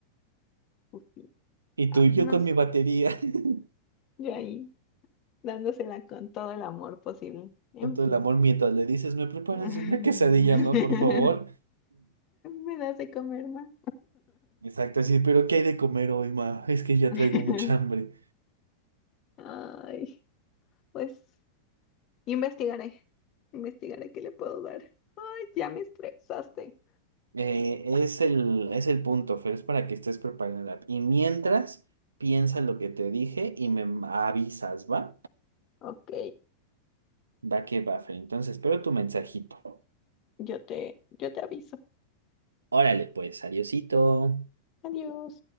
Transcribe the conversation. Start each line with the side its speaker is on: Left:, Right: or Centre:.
Left: Ufi.
Right: Y
Left: Ay,
Right: tú, yo
Left: no
Right: con
Left: sé,
Right: mi batería, <laughs>
Left: yo ahí dándosela con todo el amor posible. En
Right: con todo
Left: fin.
Right: el amor, mientras le dices, ¿me preparas
Left: <laughs>
Right: una quesadilla, ma, por favor? <clears throat>
Left: Me das de comer más.
Right: Mm. Exacto, sí, pero ¿qué hay de comer hoy, ma? Es que ya
Left: <laughs>
Right: traigo mucha hambre.
Left: Ay. Pues investigaré, investigaré qué le puedo dar. Ay, ya me estresaste.
Right: Eh, es el, es el punto, Fer, es para que estés preparada. Y mientras, piensa lo que te dije y me avisas, ¿va?
Left: Ok,
Right: Va que va, Fer. Entonces, espero tu mensajito.
Left: yo te, yo te aviso.
Right: Órale, pues, adiosito.
Left: Adiós.